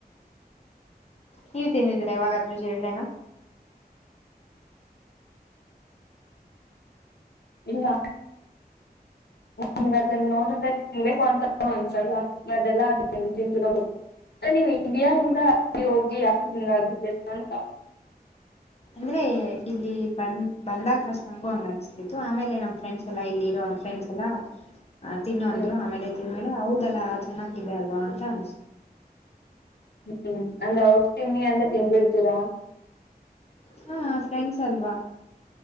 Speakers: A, on the left; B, on the left.
A: ನೀವು ತಿಂದಿದ್ರಾ ಯವಾಗಾದ್ರೂ ಜೀರಲೆನಾ
B: ಇಲ್ಲಾ ನಂಗ ಅದನ್ನ ನೋಡ್ರೆ ತಿನ್ಬೇಕು ಅಂತ ಅನ್ಸಲ್ ಅದೆಲ್ಲಾ ಅದ ತಿಂತರ ಗ ನೀವು ಇಂಡಿಯಾದಲ್ಲಿ ಅಲ್ಲಿ ಹೋಗಿ ಯಾಕ ಹಂಗ ಆಗಿದ್ದೀ ಅಂತ
A: ಅಂದ್ರೆ ಇಲ್ಲಿ ಬಂದ್ ಬಂದಾಗ ಫಸ್ಟ್ ಹಂಗು ಹಂಗ ಅನಸ್ತಿತ್ತು ಆಮೇಲೆ ನಮ್ಮ ಫ್ರೆಂಡ್ಸ್ ಎಲ್ಲಾ ಇಲ್ಲಿ ಇರೋಂಗ ಫ್ರೆಂಡ್ಸ್ ಎಲ್ಲಾ ಆ ತಿನ್ನುವ
B: ಹ್ಮ್
A: ಅಂದ್ರು ಆಮೇಲೆ ತಿಂದ್ಮೇಲೆ ಹೌದಲ್ಲಾ ಚೆನ್ನಾಗಿದೆ ಅಲ್ವಾ ಅಂತ ಅನ್ಸತು
B: ಹ್ಮ್ ಅಂದ್ ಔಟ್ ತಿಮ್ಮಿ ಅಂದ ತಿಂದಬಿಡ್ತೀರಾ
A: ಹಾ ಫ್ರೆಂಡ್ಸ್ ಅಲ್ವಾ